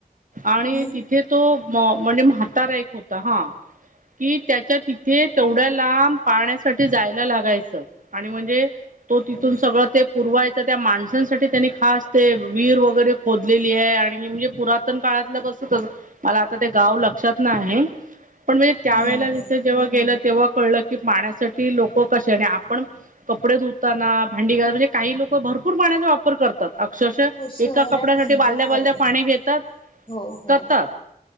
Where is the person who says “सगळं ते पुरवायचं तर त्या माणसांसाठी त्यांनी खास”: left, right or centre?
Right